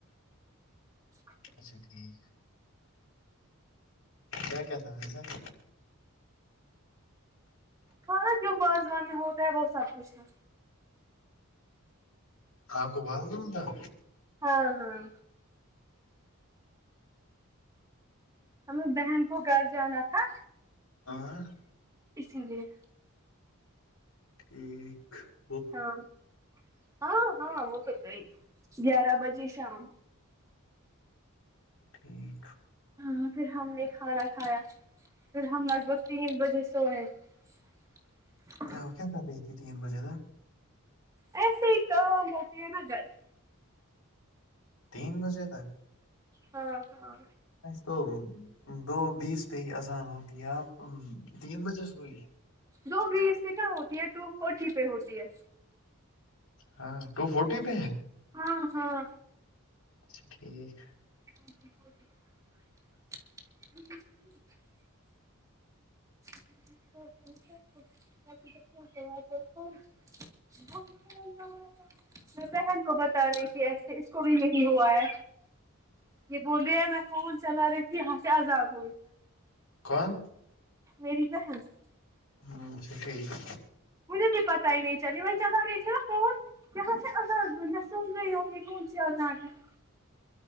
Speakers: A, on the right; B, on the left.
A: <inaudible>
B: اچھا ٹھیک کیا کیا تھا ویسا <inaudible>
A: ہانا جو واازوان میں ہوتا ہے وہ سب کچھ ہے
B: آپ کو باز نہیں ہوتا <unintelligible>
A: ہاں ہاں ہمیں بہن کو گھر جانا تھا
B: آ <inaudible>
A: اسی لیے
B: ایکیک <inaudible>
A: ہاں ہاں ہاں وہ تو گئی گیارہ بجے شام
B: ٹھیک
A: ہاں پھر ہم نے کھانا کھایا پھر ہم لگ بھگ تین بجے سوئے <inaudible>
B: ت آپ کیا کر رہی تھی تین بجے ت
A: ایسیے ہوتی ہے نا گھر <inaudible>
B: تین بجے تک
A: ہاں ہاں
B: تو دو بیس پہ ہی اذان ہوتی ہے آپ تین بجے سےوئی
A: دو بیس پ کہ ہوتی ہے ٹو فورٹی پہ ہوتی ہے
B: ہاں ٹو فورٹی پہ ہے
A: ہاں ہاں
B: اچھا ٹھیک
A: ا <inaudible> <inaudible> کر کو <inaudible> ب ج ہو <inaudible> میں بہن کو بتا رہی تھی ایسے اس کو بھی نہیں ہوا ہے یہ بول رہ ہے میں فون چلا رہی کہ یہاں سے آزاد ہوئے
B: کون
A: میری کہن <unintelligible>
B: ہوں سٹ ہی <inaudible>
A: مجھے بھی پتا ہی نہیں چل وہیں چلا رہی تھی ن فون یہا عزاگ ہو میں سمز یہ کون سی عزاگ ہے <inaudible>